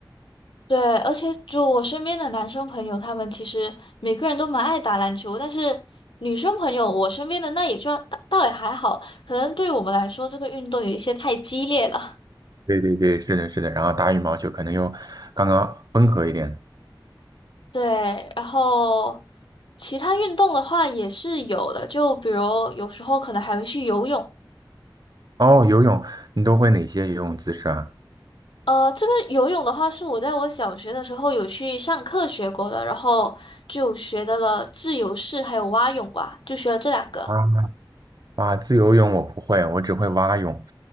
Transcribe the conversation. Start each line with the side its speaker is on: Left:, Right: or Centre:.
Left: 对，而且就我身边的男生朋友，他们其实每个人都蛮爱打篮球，但是女生朋友，我身边的那也就倒倒也还好，可能对我们来说，这个运动有一些太激烈了。
Right: 对对对，是的，是的。然后打羽毛球可能又刚刚温和一点。
Left: <laughs> 对，然后其他运动的话也是有的，就比如有时候可能还会去游泳。
Right: 哦，游泳，你都会哪些游泳姿势啊？
Left: 呃，这个游泳的话，是我在我小学的时候有去上课学过的，然后就学的了自由式还有蛙泳吧，就学了这两个。
Right: 啊啊！自由泳我不会，我只会蛙泳。